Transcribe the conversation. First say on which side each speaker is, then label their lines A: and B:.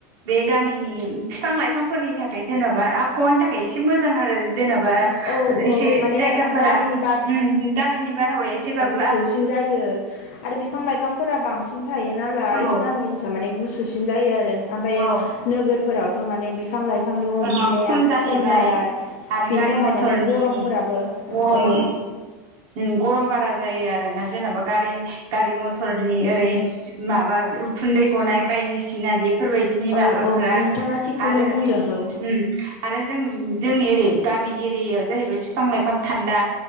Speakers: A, on the right (about 40°); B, on the left (about 70°).
A: बे गामिनि बिफां लाइफांफोरनि थाखाय जेन'बा आबहावानि थाखाय एसे मोजां आरो जेन'बा
B: औ
A: एसे
B: औ माने
A: जायगाफोरा
B: गामिनि
A: उम गामिनि बारहावाया एसेबाब
B: सुसिन जायो आरो बिफां लाइफांफोरा बांसिन थायो नालाय
A: औ
B: गामि ओनसोलाव माने गुसुसिन जायो आरो ओम
A: औ
B: नोगोरफोरावथ' माने बिफां लाइफांनि अनजिमाया
A: जाबाव खम जाहैबाय
B: नालाय
A: आरो
B: बिनि
A: गारि
B: थाखाय
A: मथरनि
B: माने गरमफोराबो
A: गरम
B: ओ
A: उम गरम बारा जायो आरो जेनबा गारि गारि मथरनि ओरै माबा उखुन्दै गनाय बायदिसिना बेफोरबायदिनि माबाफोरा
B: औ औ नोंथाङा थिगखौनो
A: आरो
B: बुंदों औ
A: उम आरो आरो जों जोंनि एरै गामि एरियायाव जाहैबाय बिफां लाइफां थान्दा